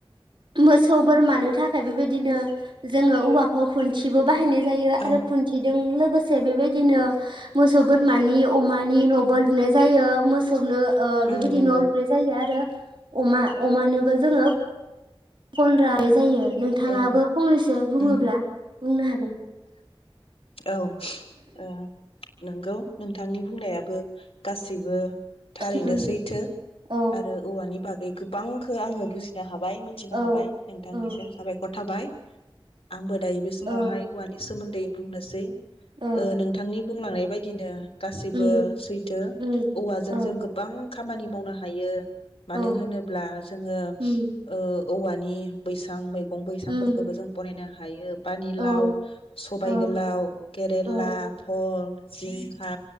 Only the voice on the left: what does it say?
औ
उम नंगौ
औ
उम
औ ओ नंगौ नोंथांनि बुंनायाबो गासिबो थारैनो
सैथो
आरो औवानि बाग बे गोबांखो आङो बुजिनो हा हाबाय मिथिनो
हाबाय नोंथांनिसिम
साबायखर थाबाय आंबो दायो बे समावहाय
औवानि सोमोन्दै बुंनोसै
ओ नोंथांनि बुंलांनाय बायदिनो गासैबो
सैथो
औवाजों
जों गोबां खामानि मावनो हायो मानो
होनोब्ला जोङो
ओ औवानि बैसां मैग गं बैसां
फोरखौबो जों बनाय नों हायो बा ने
सबाइ
गोलाव केरेला
भल जिंखा